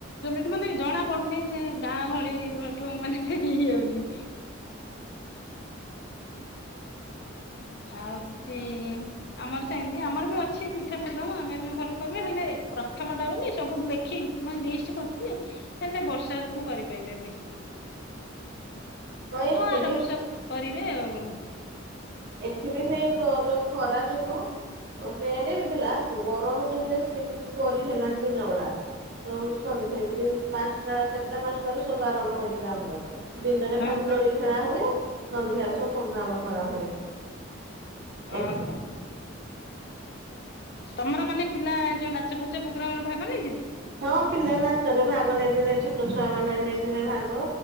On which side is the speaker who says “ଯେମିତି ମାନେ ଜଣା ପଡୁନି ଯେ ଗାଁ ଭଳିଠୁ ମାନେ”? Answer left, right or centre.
Left